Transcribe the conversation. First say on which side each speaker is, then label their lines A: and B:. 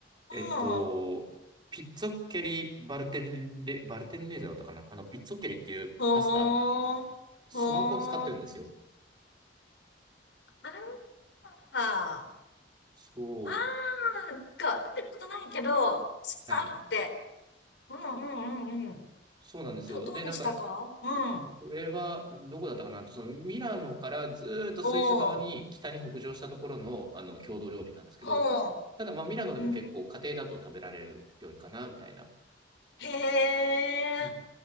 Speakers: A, on the left; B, on the right.
A: う
B: えっと、
A: ん。
B: ピッツォッケリバルテレ、バルテンネーゼだったかなあの、ピッツォッケリっていうパスタ、
A: ほー、
B: そば粉を使ってるんですよ。
A: ほー。あー、あ
B: そう。
A: ー、なんか、食べたことないけど、そんなあるって。
B: はい。
A: うんうんうんうん。
B: そうなんですよ。
A: ど、どうでしたかうん。
B: で、なんか、それは、どこだったかなと、そのミラノからずーっとスイス側に北に北上したところの、
A: おー。
B: あの、郷土料理なんですけど、
A: はあ。
B: ただ、まあ、ミラノでも結構家庭だと食べられる料理かな、
A: うん。
B: みたいな。
A: へえ。
B: うん。